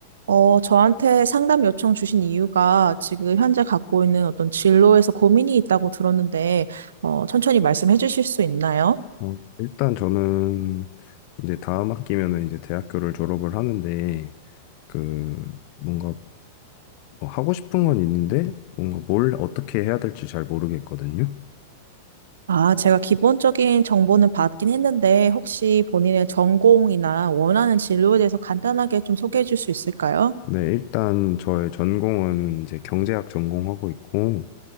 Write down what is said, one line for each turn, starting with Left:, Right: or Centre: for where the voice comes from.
Right: 어, 저한테 상담 요청 주신 이유가 지금 현재 갖고 있는 어떤 진로에서 고민이 있다고 들었는데, 어, 천천히 말씀해 주실 수 있나요?
Left: 어, 일단 저는 이제 다음 학기면은 이제 대학교를 졸업을 하는데 그 뭔가 뭐 하고 싶은 건 있는데 뭔가 뭘 어떻게 해야 될지 잘 모르겠거든요.
Right: 아, 제가 기본적인 정보는 받긴 했는데, 혹시 본인의 전공이나 원하는 진로에 대해서 간단하게 좀 소개해 줄 수 있을까요?
Left: 네, 일단 저의 전공은 이제 경제학 전공하고 있고